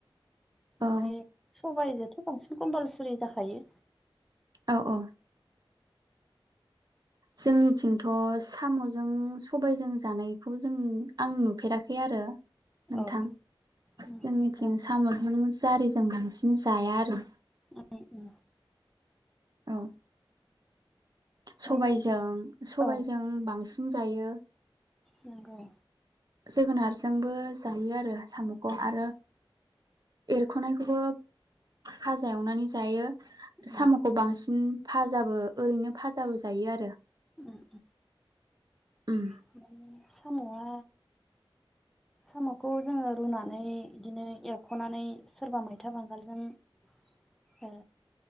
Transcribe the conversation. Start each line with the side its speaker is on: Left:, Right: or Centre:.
Centre: ओमफ्राय
Right: औ
Centre: सबायाइजोंथ बांसिन कम्पालसरि जाखायो।
Right: औ-औ जोंनिथिंथ सामजों सबायजों जानायखौ जों आं नुफेराखै आरो। नोंथां
Centre: औ
Right: जोंनिथिं
Centre: उम न'खरफ्रा
Right: सामजों जारि। जों बांसिन जाया आरो।
Centre: उम उम।
Right: औ। सबाइजों
Centre: माने
Right: सबाइजों
Centre: औ
Right: बांसि। जों जायो।
Centre: नंगौ।
Right: जोगोनारजोंबो जायो आरो। साम'खौ आरो। एरख'नायखौबो फाजा एवनानै जायो।
Centre: उम
Right: साम'खौ बांसिन। फाजाबो ओरैनो फाजाबो जायो आरो।
Centre: उम
Right: उम
Centre: <inaudible> साम'आ साम'खौ जोङो रुनानै बिदिनो एरख'नानै सोरबा मैथा बांगालजों ओ।